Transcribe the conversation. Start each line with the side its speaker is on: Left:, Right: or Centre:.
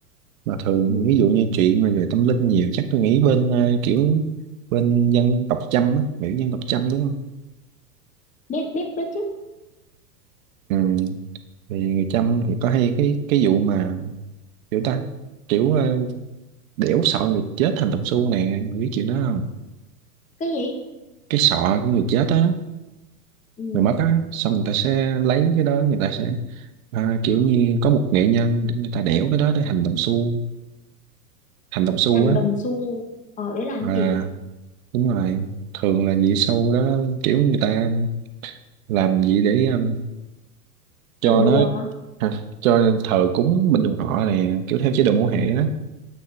Right: mà thường
Left: ừ.
Right: ví dụ như chuyện mà về tâm linh nhiều chắc tôi nghĩ bên ờ, kiểu bên dân tộc Chăm á kiểu dân tộc Chăm đúng không
Left: biết biết biết chứ
Right: ừ. thì người Chăm thì có hay cái cái vụ mà kiểu ta kiểu ờ, đẽo sọ người chết thành đồng xu nè Mày biết chuyện đó không
Left: cái gì
Right: cái sọ của người chết á
Left: ừ.
Right: người mất á xong người ta sẽ lấy cái đó người ta sẽ à, kiểu như có một nghệ nhân để người ta đẽo cái đó để thành đồng xu thành đồng xu
Left: thành
Right: á
Left: đồng xu ờ để làm cái
Right: à,
Left: gì
Right: đúng rồi thường là vậy sau đó kiểu người ta làm gì để um, cho
Left: làm bùa
Right: nó
Left: hả
Right: Hả? cho thờ cúng bên dòng họ này kiểu theo chế độ mẫu hệ á